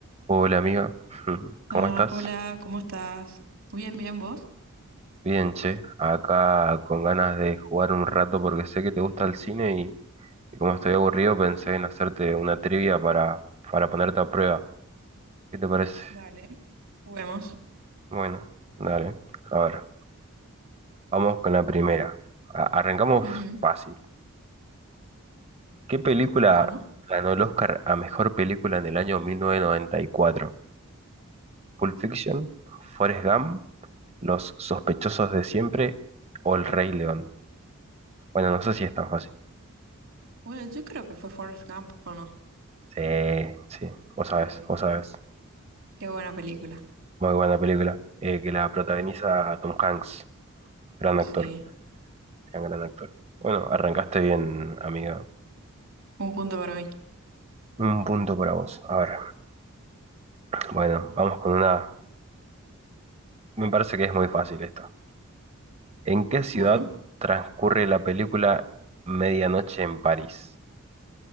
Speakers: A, on the right (about 30°); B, on the right (about 65°).
A: Hola amiga, <laughs> ¿cómo
B: Ah,
A: estás?
B: hola, ¿cómo estás? Bien, bien, ¿vos?
A: Bien, che, acá con ganas de jugar un rato porque sé que te gusta el cine y, y como estoy aburrido pensé en hacerte una trivia para, para ponerte a prueba. ¿Qué te parece?
B: Dale, juguemos.
A: Bueno, dale. A ver, vamos con la primera. A- arrancamos
B: Ujú.
A: fácil. ¿Qué película
B: Bueno,
A: ganó el Oscar a mejor película en el año mil novecientos noventa y cuatro ¿Pulp Fiction? ¿Forrest Gump? ¿Los sospechosos de siempre? ¿O El Rey León? Bueno, no sé si es tan fácil.
B: bueno, yo creo que fue Forrest Gump, ¿o no?
A: Sí, sí, vos sabés,
B: Sí, ¿viste?
A: vos sabés.
B: Qué buena película.
A: Muy buena película. eh, que la protagoniza Tom Hanks, gran
B: Sí,
A: actor, gran, gran actor. Bueno, arrancaste bien, amiga.
B: un punto para mí.
A: Un punto para vos. A ver, bueno, vamos con una... Me parece que es muy fácil esta. ¿En qué ciudad
B: Bueno,
A: transcurre la película Medianoche en París?